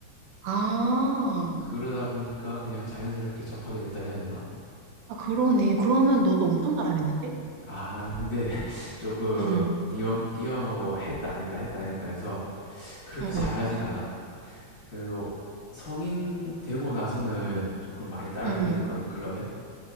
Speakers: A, on the right; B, on the left.
A: 아,
B: 그러다 보니까 그냥 자연스럽게 접하게 됐다 해야 되나?
A: 아, 그러네. 그러면 너도 엄청 잘하겠는데?
B: 아 난 근데 <laughs> 조금
A: 응, 응,
B: 띄엄띄엄하고 했다 안 했다 했다 안 했다 해서 그렇게
A: 응,
B: 잘하진
A: 응,
B: 않아 그래도 성인 되고 나서는 조금 많이 따라다니고
A: 응. 응.
B: 있거든 클럽에